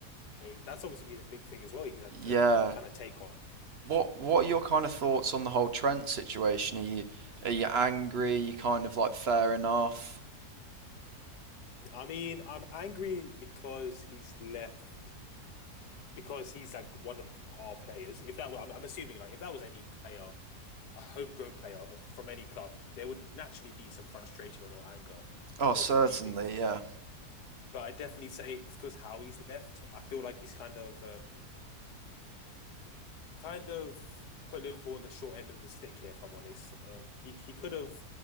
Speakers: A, on the left; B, on the right.
A: so that's obviously been a big thing as well. He's had
B: Yeah.
A: to kind of take on.
B: What what are your kind of thoughts on the whole Trent situation? Are you are you angry? Are you kind of like fair enough?
A: I mean, I'm angry because he's left because he's like one of our players. If that were, I'm, I'm assuming like if that was any player a homegrown player of, from any club, there would naturally be some frustration or anger
B: Oh,
A: towards
B: certainly,
A: them leaving.
B: yeah.
A: But I definitely say it's because how he's left. I feel like he's kind of um, kind of put Liverpool on the short end of the stick here, if I'm honest. Um, he he could have